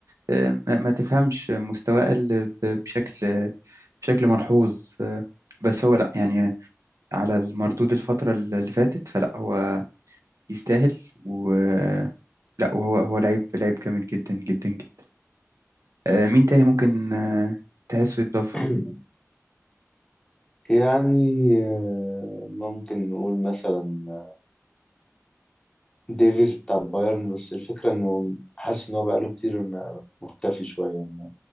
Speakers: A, on the right; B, on the left.
A: آه، ما ما تفهمش مستواه قل ب- بشكل بشكل ملحوظ آه، بس هو لا يعني على المردود الفترة اللي فاتت فلا هو يستاهل و لا وهو هو لعيب لعيب جامد جدا جدا جدا آه، مين تاني ممكن آه، تحسه يتضاف
B: <clears throat> يعني آه، ممكن نقول مثلا ديفيز بتاع البايرن بس الفكرة انه حاسس ان هو بقاله كتير م- مختفي شوية م-